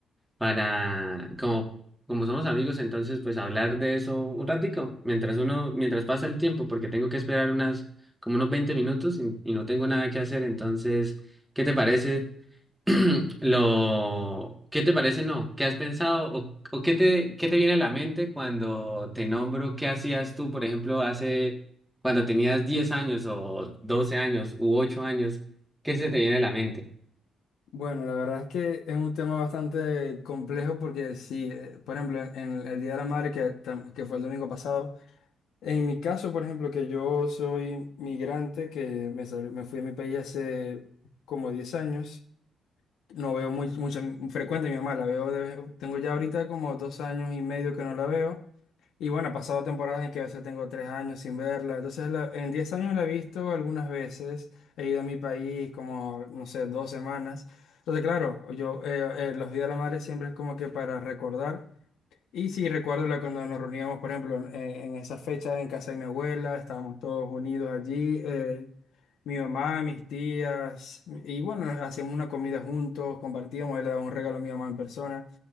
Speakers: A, in the centre; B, on the left.
A: para, como, como somos amigos, entonces pues hablar de eso un ratico, mientras uno, mientras pasa el tiempo, porque tengo que esperar unas, como unos 20 minutos y, y no tengo nada que hacer, entonces, ¿qué te parece <clears throat> lo, qué te parece no? ¿Qué has pensado o, o qué te, qué te viene a la mente cuando te nombro qué hacías tú, por ejemplo, hace, cuando tenías 10 años o 12 años u 8 años, ¿qué se te viene a la mente?
B: Bueno, la verdad es que es un tema bastante complejo porque sí, eh, por ejemplo, en, en el Día de la Madre que, tam- que fue el domingo pasado, en mi caso, por ejemplo, que yo soy migrante, que me, sal- me fui a mi país hace como diez años, No veo muy, mucho, frecuente a mi mamá, la veo, de- tengo ya ahorita como dos años y medio que no la veo. Y bueno, he pasado temporadas en que a veces tengo tres años sin verla. Entonces, la- en diez años la he visto algunas veces. He ido a mi país como, no sé, dos semanas. Entonces, claro, yo, eh, eh, los Días de la Madre siempre es como que para recordar. Y sí, recuerdo la- cuando nos reuníamos, por ejemplo, en, en esa fecha en casa de mi abuela, estábamos todos unidos allí, eh, mi mamá, mis tías, y bueno, hacíamos una comida juntos, compartíamos, él le daba un regalo a mi mamá en persona.